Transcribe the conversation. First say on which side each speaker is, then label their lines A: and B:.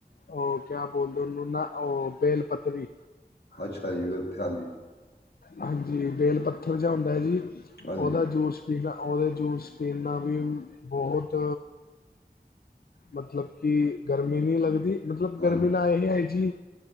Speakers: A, on the left (about 65°); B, on the left (about 80°).
A: ਉਹ ਕਿਆ ਬੋਲਦੇ ਉਹਨੂੰ ਨਾ ਉਹ ਬੇਲ ਪੱਥਰੀ
B: ਅੱਛਾ ਜੀ ਫੇਰ ਤੇ ਹਾਂਜੀ।
A: ਹਾਂਜੀ ਵੇਲ ਪੱਥਰ ਜਿਹਾ ਹੁੰਦਾ ਹੈ ਜੀ
B: ਹਾਂਜੀ,
A: ਉਹਦਾ ਜੂਸ ਪੀਨਾ ਉਹਦੇ ਜੂਸ ਪੀਨਾ ਵੀ ਬਹੁਤ ਮਤਲਬ ਕਿ ਗਰਮੀ ਨਹੀਂ ਲੱਗਦੀ ਮਤਲਬ
B: ਹਾਂਜੀ,
A: ਗਰਮੀ ਨਾਏ ਹੈ ਜੀ।